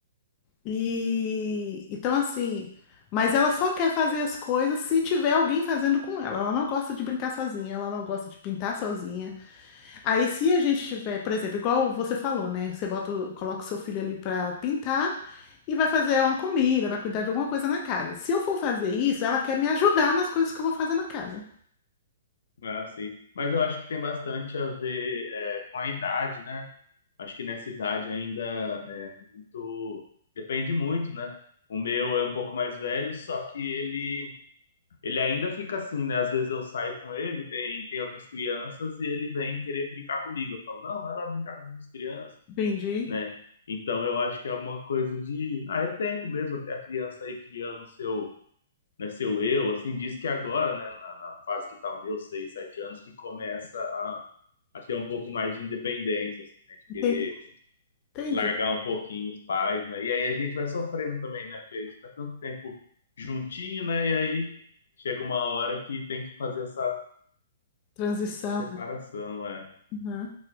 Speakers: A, on the left; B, on the left.
A: E então assim, mas ela só quer fazer as coisas se tiver alguém fazendo com ela. Ela não gosta de brincar sozinha, ela não gosta de pintar sozinha. Aí se a gente tiver, por exemplo, igual você falou, né? Você bota, o- coloca o seu filho ali para pintar e vai fazer uma comida, vai cuidar de alguma coisa na casa. Se eu for fazer isso, ela quer me ajudar nas coisas que eu vou fazer na casa.
B: É assim. Mas eu acho que tem bastante a ver é, com a idade, né? Acho que nessa idade ainda é muito. Depende muito, né? O meu é um pouco mais velho, só que ele Ele ainda fica assim, né? Às vezes eu saio com ele, tem, tem outras crianças, e ele vem querer brincar comigo. Eu falo, não, vai lá brincar com as crianças,
A: Entendi.
B: né? Então eu acho que é uma coisa de. Ah, é tempo mesmo até a criança aí criando seu, né, seu eu. Assim, diz que agora, né, na, na fase que tá o meu, seis, sete anos, que começa a, a ter um pouco mais de independência, assim, né? De
A: Entendi.
B: querer
A: Entendi.
B: largar um pouquinho os pais, né? E aí a gente vai sofrendo também, né? Porque a gente fica tanto tempo juntinho, né? E aí chega uma hora que tem que fazer essa,
A: Transição,
B: essa separação, é.
A: né?